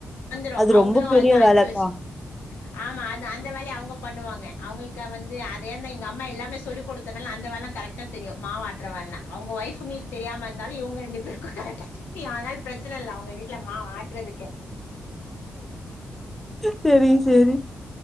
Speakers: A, on the left; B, in the centre.
A: வந்துரும்
B: அது
A: அவுங்களும்
B: ரொம்ப பெரிய
A: அதுமாரி அரச்சு
B: வேலக்கா.
A: வச்சு ஆமா அது அந்த வேலைய அவங்க பண்ணுவாங்க அவங்களுக்க வந்து அத ஏந்த எங்க அம்மா எல்லாமே சொல்லிக் கொடுத்தனாலும் அந்த வேல கரெக்ட் ட்டா தெரியும் மாவு ஆற்ற வேலை அவங்க வொய்ஃப் அவுங்களுக்கு தெரியாம இருந்தாலும் இவுங்க ரெண்டு பேருக்கும் கரெக்ட்டா தெரியும் அதனால பிரச்சனை இல்லை அவுங்க வீட்டுல மாவு ஆட்டுறதுக்கு
B: செரி செரி